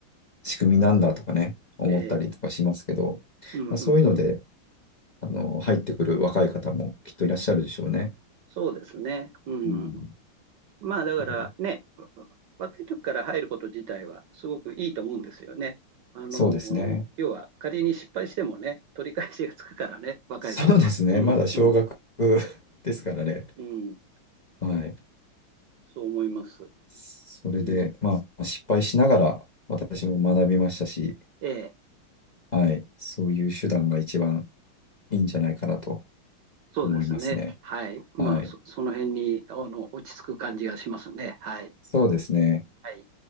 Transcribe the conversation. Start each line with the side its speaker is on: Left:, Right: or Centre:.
Left: 仕組みなんだとかね、思ったりとかしますけど、
Right: ええ、うん、
Left: まあ、そういうので、
Right: うん、うん。
Left: あの、入ってくる若い方もきっといらっしゃるでしょうね。
Right: そうですね。うん。
Left: うん。
Right: まあだからね、
Left: はい。
Right: わ若い時から入ること自体はすごくいいと思うんですよね。あのー要は仮に失敗してもね、
Left: そうですね。
Right: 取り返しがつくからね、若い頃は。
Left: そうですね。
Right: うん、
Left: まだ小学
Right: うん、
Left: <laughs> ですからね。
Right: うん。
Left: はい。
Right: そう思います。
Left: それで、
Right: うん、
Left: まあ、失敗しながら私も学びましたし、
Right: ええ、
Left: はい。そういう手段が一番いいんじゃないかなと
Right: そうですね。
Left: 思いますね。
Right: はい。まあ、
Left: はい。
Right: そ、その辺に、あの、落ち着く感じがしますね。はい。
Left: そうですね。
Right: はい。